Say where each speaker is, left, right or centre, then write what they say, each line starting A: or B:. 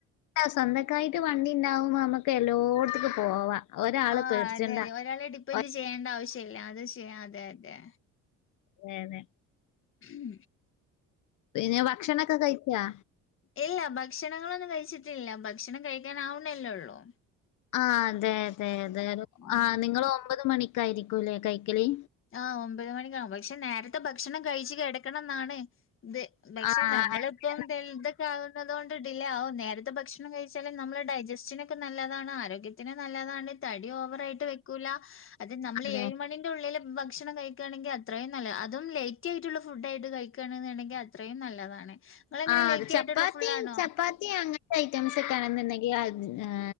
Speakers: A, on the left; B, on the left.
A: സ്വന്തക്കായിട്ട് വണ്ടി ഉണ്ടാവുമ്പോ നമുക്ക് എല്ലോടത്തേക്കും പോവാം ഒരാള്
B: ആഹ്
A: പേടിച്ചണ്ട
B: അതെ അതെ ഒരാളെ ഡിപ്പെൻഡറ്
A: ഒരാള്
B: ചെയ്യേണ്ട ആവശ്യല്ല അത് ശ അത അതെ
A: അതെ അതെ
B: ഉം
A: പിന്നെ ഭക്ഷണം ക്കെ കഴിച്ചാ
B: ഇല്ല ഭക്ഷണങ്ങളൊന്നും കഴിച്ചിട്ടില്ല ഭക്ഷണം കഴിക്കാൻ ആവുന്നല്ലെ ഉള്ളു
A: ആഹ് അതെ അതെ അതെ
B: ഉം
A: ആഹ് നിങ്ങ ഒമ്പത് മണിക്കായിരിക്കൂല്ലേ കൈക്കളി
B: ആഹ് ഒമ്പത് മണിക്കാണ് പക്ഷെ നേരത്തെ ഭക്ഷണം കഴിച്ചു കിടക്കണം എന്നാണ് ഇത് പക്ഷെ
A: ആഹ്
B: നമ്മള്
A: അതെ
B: ഇപ്പം ദൽതൊക്കെ ആകുന്നത് കൊണ്ട് ഡിലേ ആകവും നേരത്തെ ഭക്ഷണം കഴിച്ചാലും നമ്മുടെ ഡൈജസ്റ്റനൊക്കെ നല്ലതാണ് ആരോഗ്യ ത്തിന് നല്ലതണ്ട് തടി ഓവർ ആയിട്ട് വെക്കൂല്ല അത് നമ്മൾ
A: അതെ
B: ഏഴ മണിന്റെ ഉള്ളിൽ ഭക്ഷണം കഴിക്കുകണെങ്കിൽ അത്രയും നല്ല അതും ലേറ്റ് ആയിട്ടുള്ള ഫുഡ് ആയിട്ട് കഴിക്കുകയാെന്നുണ്ടെങ്കിൽ അത്രയും നല്ലതാണ് നിങ്ങളെങ്ങനെ
A: ആഹ്
B: ലേറ്റ്
A: അത് ചപ്പാത്തി
B: ആയിട്ടുള്ള ഫുള്ളാണോ
A: ചപ്പാത്തി അങ്ങ ഐറ്റംസ് ഒക്കെ ആണെന്നുണ്ടെങ്കിൽ ആ